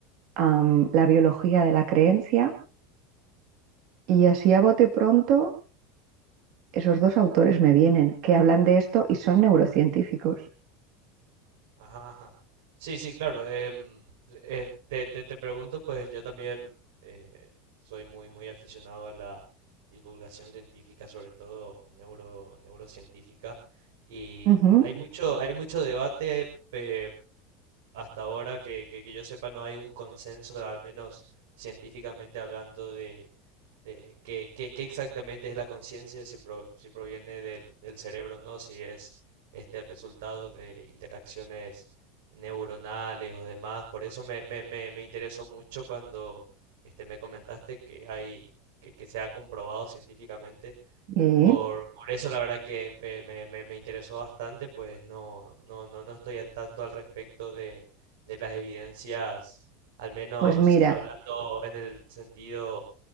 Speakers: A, on the right; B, on the right.
A: am, La biología de la creencia. Y así a bote pronto, esos dos autores me vienen, que hablan de esto y son neurocientíficos.
B: Ajá, ajá. Sí, sí, claro. em, eh, te, te- te pregunto, pues yo también eh, soy muy, muy aficionado a la divulgación científica, sobre todo neuro, neurocientífica, y
A: Ujú,
B: hay mucho, hay mucho debate, eh, hasta ahora que, que- que yo sepa no hay un consenso, al menos científicamente hablando, de qué, qué- qué exactamente es la conciencia, si, pro- si proviene del, del cerebro o no, si es este resultado de interacciones neuronales o demás. Por eso me, me, me, me interesó mucho cuando este, me comentaste que hay, que, que se ha comprobado científicamente.
A: sí.
B: Por, por eso la verdad que eh, me, me, me interesó bastante, pues no, no, no, no estoy en tanto al respecto de, de las evidencias, al menos
A: Pues mira,
B: hablando en el sentido